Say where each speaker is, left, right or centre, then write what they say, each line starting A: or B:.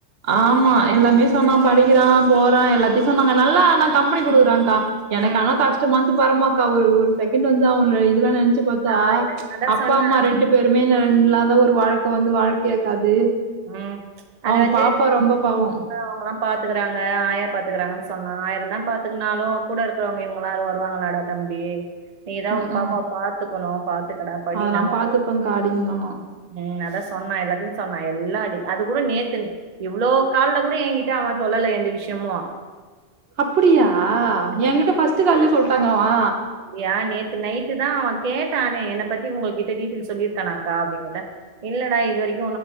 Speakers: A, on the right (about 65°); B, on the right (about 45°).
A: ஆமா எல்லாமே சொன்னா படிக்கிறா போறா எல்லாத்தையு சொன்னாங்க நல்லா ஆனா கம்பெனி குடுக்குறாங்க்கா எனக்கு
B: ம்
A: ஆனா கஷ்டமா இருந்துது வரமாக்கா ஒரு ஒரு செகண்ட் வந்து அவன இதுலன நென்ச்சு பாத்தா
B: ஆ எனக்கு அதான்
A: அப்பா
B: சொன்னேன்
A: அம்மா ரெண்டு பேருமே நெ இல்லாத ஒரு வாழ்க்க வந்து வாழ்க்கையாக்கா அது
B: ம்
A: அவ
B: அது வந்து
A: பாப்பா ரொம்ப பாவோ
B: அவங்கல்லா பாத்துக்கறாங்க ஆயா பாத்துக்கறாங்கன்னு சொன்னா ஆயிரந்தா பாத்துக்கனாலு கூட இருக்கறவங்க இவங்க எல்லாரு வருவாங்களாடா தம்பி நீதா
A: ம்ஹ்ம்.
B: உன் பாப்பாவ பாத்துக்கணு பாத்துக்கடா படி
A: அதெல்லாம்
B: நல்லா
A: பாத்துப்பேன்க்கா
B: படி
A: அடிங்கம்மா.
B: ம் அதா சொன்னா எல்லாத்தையு சொன்னா எ நல்லா‌ அடி அது கூட நேத்துன் இவ்ளோ கால்ல கூட எங்கிட்ட அவ சொல்லல எந்த விஷ்யமு
A: அப்டியா எங்கிட்ட ஃபஸ்ட்டு கால்லயே சொல்ட்டாங்க அவா
B: வந்தியா நேத்து நைட்டு தா அவ கேட்டானே என்ன பத்தி உங்க கிட்ட டீடைல் சொல்லிருக்கானாக்கா அப்டின் கேட்டா இல்லடா இது வரைக்